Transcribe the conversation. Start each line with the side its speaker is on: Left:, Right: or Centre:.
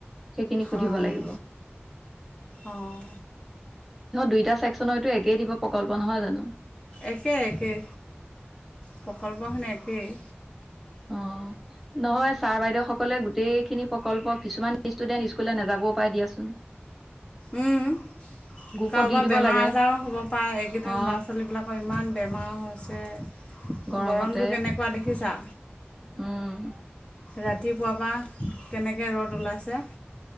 Centre: সেইখিনি সুধিব
Left: অঁ
Centre: লাগিব।
Left: অঁ অঁ
Centre: নে দুইটা ছেকশনতে একেই দিব প্ৰকল্প, নহয় জানো?
Left: একে একেই, প্ৰকল্পখিনি একেই।
Centre: অ', নহয় ছাৰ বাইদেউ সকলে গোটেইখিনি প্ৰকল্প কিছুমান ষ্টুডেন্ট স্কুললে নেযাব পাই দিয়াচোন।
Left: উম,
Centre: গ্ৰুপত
Left: কাৰোবাৰ
Centre: দি দিব
Left: বেমাৰ
Centre: লাগে
Left: আজাৰো হ'ব পাৰে, এইকেইদিন
Centre: অ
Left: ল'ৰা ছোৱালীবিলাকৰ ইমান বেমাৰ হৈছে।
Centre: গৰমতে
Left: গৰমটো কেনেকুৱা দেখিছা?
Centre: উম,
Left: ৰাতিপুৱাৰ পা কেনেকে ৰ'দ ওলাইছে।